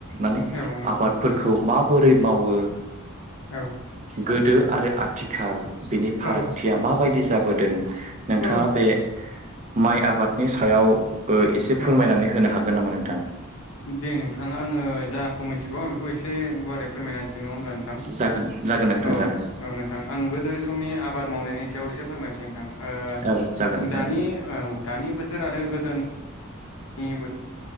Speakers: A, on the right; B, on the left.
A: माने
B: औ नोंथां
A: आबादफोरखौ माबोरै मावो
B: औ
A: गोदो आरो आथिखाल बिनि फारागथिया
B: औ
A: माबायदि जाबोदों। नोंथाङा
B: औ
A: बे माइ आबादनि सायाव एसे फोरमायनानै
B: औ
A: होनो हागोन। गोननामा नोंथां
B: दे नोंथां आङो जाखौ मिथिगौ आं बेखौ एसे गुवारै फोरमायनानै सै नङा होमब्ला नोंथां
A: जागोन जागोन नोंथां
B: औ औ
A: जागोन
B: नोंथां आं गोदो समनि आबाद मावनायनि बेयावसे फोरमायनोसै नोंथां
A: औ जागोन नोंथां
B: दानि
A: जागोन
B: औ दानि बोथोर आरो गोदो ए बो